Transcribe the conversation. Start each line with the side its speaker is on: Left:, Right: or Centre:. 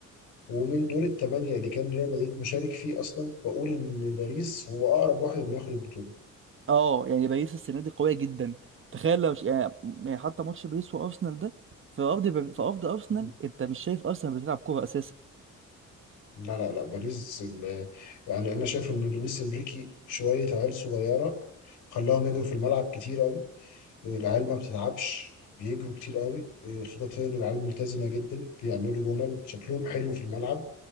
Left: ومن دور الثمانية اللي كان ريال مدريد مشارك فيه أصلا بقول إن باريس هو أقرب واحد إنه ياخد البطولة.
Right: اه يعني باريس السنه دي قويه جدا تخيل لو ش... يعني يعني حتى ماتش باريس وارسنال ده في ارض بر- في ارض ارسنال
Left: مم.
Right: انت مش شايف ارسنال بتلعب كوره اساسا
Left: لا لا لا باريس ال- يعني أنا شايف إن لويس إنريكي شوية عيال صغيرة خلاهم يجروا في الملعب كتير العيال ما بتتعبش بيجروا كتير قوي إيه، خططيا العيال ملتزمة جدا بيعملوا جمل شكلهم حلو في الملعب